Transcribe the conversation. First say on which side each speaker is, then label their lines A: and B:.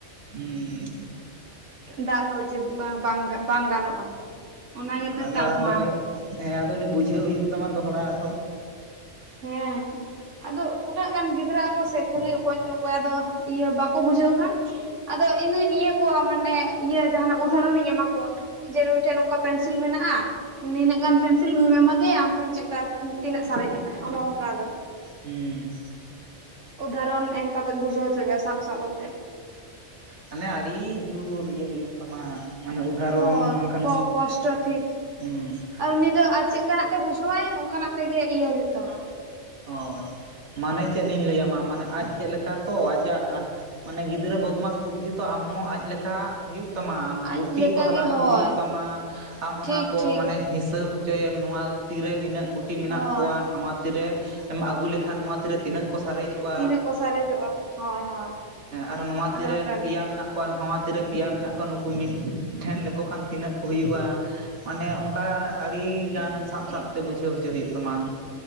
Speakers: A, on the right (about 70°); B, on the right (about 85°).
A: ᱦᱩᱸ
B: ᱫᱟᱞ ᱦᱚᱸ ᱪᱮᱫ ᱵᱟᱝ ᱵᱟᱝ ᱵᱟᱝ ᱜᱟᱱᱚᱜᱼᱟ ᱚᱱᱟᱜᱮᱛᱚ
A: ᱟᱫᱚ
B: ᱴᱟᱯ
A: ᱟᱫᱚ
B: ᱢᱟ
A: ᱩᱱᱤ ᱦᱮᱸ ᱟᱫᱚ ᱩᱱᱤ ᱵᱩᱡᱷᱟᱹᱣ ᱦᱩᱭᱩᱜ ᱛᱟᱢᱟ ᱫᱚᱦᱲᱟ ᱟᱫᱚ
B: ᱦᱮᱸ ᱟᱫᱚ ᱩᱱᱟᱹᱜ ᱜᱟᱱ ᱜᱤᱫᱽᱨᱟᱹ ᱟᱠᱚ ᱥᱮ ᱠᱷᱟᱹᱞᱤ ᱚᱠᱚᱭ ᱚᱠᱚᱭᱟᱜ ᱫᱚ ᱤᱭᱟᱹ ᱵᱟᱠᱚ ᱵᱩᱡᱷᱟᱹᱣ ᱠᱷᱟᱱ ᱟᱫᱚ ᱤᱧ ᱫᱩᱧ ᱤᱭᱟᱹ ᱠᱚᱣᱟ ᱢᱟᱱᱮ ᱤᱭᱟᱹ ᱡᱟᱦᱟᱱᱟᱜ ᱩᱫᱟᱦᱚᱨᱚᱱ ᱤᱧ ᱮᱢᱟ ᱠᱚᱣᱟ ᱡᱮ ᱱᱩᱭ ᱴᱷᱮᱱ ᱱᱚᱝᱠᱟ ᱯᱮᱱ ᱯᱮᱱᱥᱤᱞ ᱢᱮᱱᱟᱜᱼᱟ ᱱᱤᱱᱟᱹᱜ ᱜᱟᱱ ᱯᱮᱱᱥᱤᱞ ᱱᱩᱭᱮᱢ ᱮᱢᱟ ᱫᱮᱭᱟ ᱟᱢ ᱴᱷᱮᱱ ᱪᱮᱫᱠᱟ ᱛᱤᱱᱟᱹᱜ ᱥᱟᱨᱮᱡ ᱮᱱᱟ ᱚᱱᱮ ᱚᱱᱠᱟ ᱟᱫᱚ
A: ᱦᱮᱸ
B: ᱩᱫᱟᱦᱚᱨᱚᱱ ᱮᱢ ᱠᱟᱛᱮᱫ ᱵᱩᱡᱷᱟᱹᱣᱪᱚᱭᱮᱼᱟ ᱥᱟᱵ ᱥᱟᱵ ᱠᱟᱛᱮᱫ
A: ᱢᱟᱱᱮ ᱟᱹᱰᱤ ᱡᱳᱨ ᱤᱭᱟᱹ ᱦᱩᱭᱩᱜ ᱛᱟᱢᱟ ᱢᱟᱱᱮ ᱩᱫᱟᱦᱚᱨᱚᱱ
B: ᱦᱳᱭ
A: ᱵᱟᱝᱠᱷᱟᱱ
B: ᱠᱚᱥᱴᱚ ᱴᱷᱤᱠ
A: ᱦᱩᱸ
B: ᱟᱨ ᱩᱱᱤ ᱫᱚ ᱟᱨ ᱪᱮᱫ ᱞᱮᱠᱟᱱᱟᱜ ᱵᱩᱡᱷᱟᱹᱣᱟᱭ ᱚᱱᱠᱟᱱᱟᱜ ᱛᱮᱜᱮ ᱤᱭᱟᱹ ᱦᱩᱭᱳᱜ ᱛᱟᱢᱟ
A: ᱦᱳᱭ ᱢᱟᱱᱮ ᱪᱮᱫ ᱤᱧ ᱞᱟᱹᱭ-ᱟ ᱢᱟ ᱢᱟᱱᱮ ᱟᱡ ᱪᱮᱫ ᱞᱮᱠᱟ ᱛᱚ ᱟᱡᱟᱜ ᱢᱟᱱᱮ ᱜᱤᱫᱽᱨᱟᱹ ᱵᱚᱫᱽᱢᱟᱥ ᱵᱩᱫᱽᱫᱷᱤ ᱛᱚ ᱟᱢᱦᱚᱸ ᱟᱡ ᱞᱮᱠᱟ ᱦᱩᱭᱩᱜ ᱛᱟᱢᱟ ᱟᱢ
B: ᱟᱡ
A: ᱜᱩᱴᱤ
B: ᱞᱮᱠᱟᱜᱮ
A: ᱠᱚ ᱦᱟᱞᱟᱝ
B: ᱦᱳᱭ
A: ᱟᱹᱜᱩ ᱦᱩᱭᱩᱜ ᱛᱟᱢᱟ ᱟᱢ ᱚᱱᱟ
B: ᱴᱷᱤᱠ
A: ᱠᱚ
B: ᱴᱷᱤᱠ
A: ᱢᱟᱱᱮ ᱦᱤᱥᱟᱹᱵᱽ ᱦᱚᱪᱚᱭᱮᱢ ᱱᱚᱣᱟ ᱛᱤᱨᱮ ᱱᱤᱱᱟᱹᱜ ᱜᱩᱴᱤ ᱢᱮᱱᱟᱜ
B: ᱦᱳᱭ
A: ᱠᱚᱣᱟ ᱱᱚᱣᱟ ᱛᱤᱨᱮ ᱮᱢ ᱟᱹᱜᱩ ᱞᱮᱠᱷᱟᱱ ᱱᱚᱣᱟ ᱛᱤ ᱛᱤᱱᱟᱹᱜ ᱠᱚ ᱥᱟᱨᱮᱡᱚᱜᱼᱟ
B: ᱛᱤᱱᱟᱹᱜ ᱠᱚ ᱥᱟᱨᱮᱡᱚᱜᱼᱟ ᱦᱳᱭ ᱦᱳᱭ
A: ᱟᱨ ᱱᱚᱣᱟ ᱛᱤᱨᱮ
B: ᱚᱱᱮ ᱚᱱᱠᱟ
A: ᱯᱮᱭᱟ
B: ᱜᱮ
A: ᱢᱮᱱᱟᱜ ᱠᱚᱣᱟ ᱠᱚᱣᱟ ᱱᱟᱣᱟ ᱛᱤᱨᱮ ᱯᱮᱭᱟ ᱢᱮᱱᱟᱜ ᱠᱚᱣᱟ ᱱᱩᱠᱩ ᱢᱤᱫ
B: ᱦᱩᱸ
A: ᱴᱷᱮᱱ ᱞᱮᱠᱚ ᱠᱷᱟᱱ ᱛᱤᱱᱟᱹᱜ ᱦᱩᱭᱩᱜᱼᱟ ᱢᱟᱱᱮ ᱚᱱᱠᱟ ᱟᱹᱰᱤ ᱜᱟᱱ
B: ᱤᱱᱠᱟ
A: ᱥᱟᱵ
B: ᱜᱮ
A: ᱥᱟᱵ
B: ᱤᱱᱠᱟ
A: ᱛᱮ ᱵᱩᱡᱷᱟᱹᱣ
B: ᱜᱮ
A: ᱦᱚᱪᱚ ᱦᱩᱭᱩᱜ ᱛᱟᱢᱟ